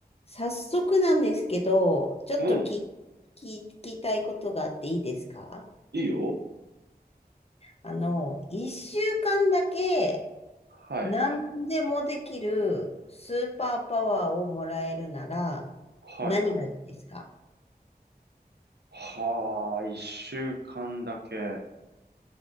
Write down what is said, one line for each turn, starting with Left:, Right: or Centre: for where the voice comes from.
Left: 早速なんですけど、ちょっとき聞きたいことがあっていいですか
Right: うん。いいよ。
Left: あの、一週間だけ
Right: はい。
Left: 何でもできるスーパーパワーをもらえるなら
Right: はいはい。
Left: 何がいいですか
Right: はあ、一週間だけ。